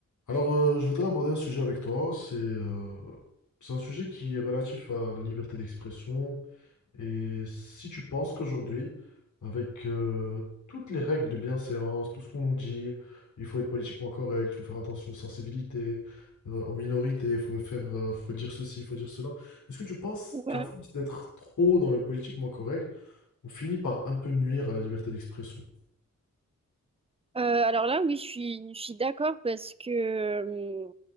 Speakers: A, on the left (about 75°); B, on the right (about 20°).
A: Alors, euh, je voudrais aborder un sujet avec toi. C'est euh, c'est un sujet qui est relatif à la liberté d'expression. Et si tu penses qu'aujourd'hui, avec euh, toutes les règles de bienséance, tout ce qu'on nous dit, il faut être politiquement correct, il faut faire attention aux sensibilités, euh, aux minorités, il faut faire, euh, faut dire ceci, il faut dire cela. Est-ce que tu penses
B: Ouais.
A: qu'à force d'être trop dans le politiquement correct, on finit par un peu nuire à la liberté d'expression?
B: Euh, alors là, oui, je suis, je suis d'accord parce que, euh,